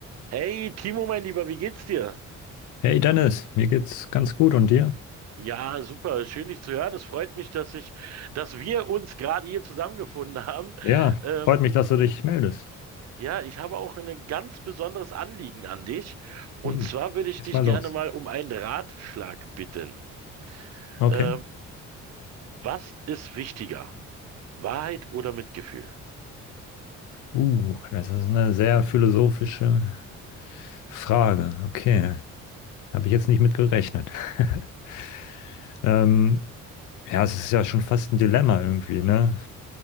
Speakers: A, on the right; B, on the left.
A: Hey Timo, mein Lieber, wie geht's dir?
B: Hey Dennis, mir geht's ganz gut und dir?
A: Ja, super, schön dich zu hören. Es freut mich, dass ich, dass wir uns gerade hier zusammengefunden haben.
B: Ja,
A: Ähm,
B: freut mich, dass du dich meldest.
A: ja, ich habe auch ein ganz besonderes Anliegen an dich. Und
B: Uh,
A: zwar würde ich
B: ist
A: dich
B: mal
A: gerne
B: los.
A: mal um einen Ratschlag bitten.
B: Okay.
A: Ähm, was ist wichtiger? Wahrheit oder Mitgefühl?
B: Uh, das ist eine sehr philosophische Frage. Okay, habe ich jetzt nicht mit gerechnet. <laughs> Ähm, ja, es ist ja schon fast ein Dilemma irgendwie, ne?